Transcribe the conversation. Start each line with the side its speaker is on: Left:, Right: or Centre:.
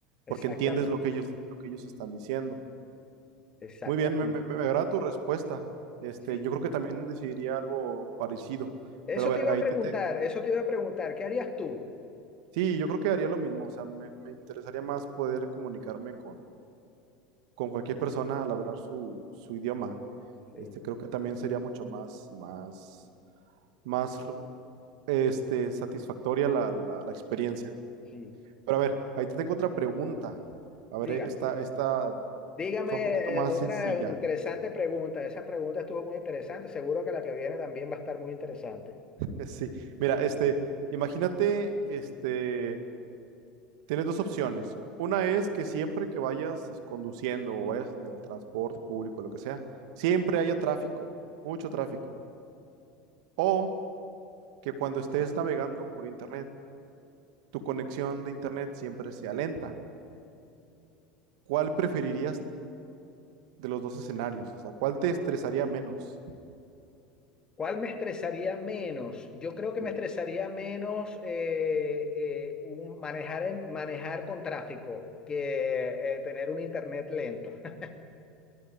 Left: exactamente,
Right: porque entiendes lo que ellos, lo que ellos están diciendo.
Left: exactamente.
Right: Muy bien, me, me- me agrada tu respuesta. Este,
Left: Sí.
Right: yo creo que también decidiría algo parecido.
Left: Eso
Right: Pero a ver,
Left: te iba
Right: ahí
Left: a preguntar,
Right: te, te-
Left: eso te iba a preguntar, ¿qué harías tú?
Right: Sí, yo creo que haría lo mismo. O sea, me, me interesaría más poder comunicarme con, con cualquier persona al hablar su, su idioma.
Left: Sí,
Right: Este, creo que también sería mucho más, más, más, este, satisfactoria la, la la experiencia.
Left: sí.
Right: Pero a ver, ahí te tengo otra pregunta. A ver,
Left: Dígame,
Right: eh, esta, esta
Left: dígame
Right: está un poquito más
Left: eh, otra
Right: sencilla.
Left: interesante pregunta. Esa pregunta estuvo muy interesante, seguro que la que viene también va a estar muy interesante.
Right: <laughs> Sí, mira, este, imagínate, este, tienes dos opciones. Una es que siempre que vayas conduciendo o vayas en el transporte público, lo que sea, siempre haya tráfico, mucho tráfico. O que cuando estés navegando por internet, tu conexión de internet siempre sea lenta. ¿Cuál preferirías de los dos escenarios? O sea, ¿cuál te estresaría menos?
Left: ¿Cuál me estresaría menos? Yo creo que
Right: Sí.
Left: me estresaría menos eh, eh, un- manejar, en- manejar con tráfico que eh, tener un internet lento. <laughs>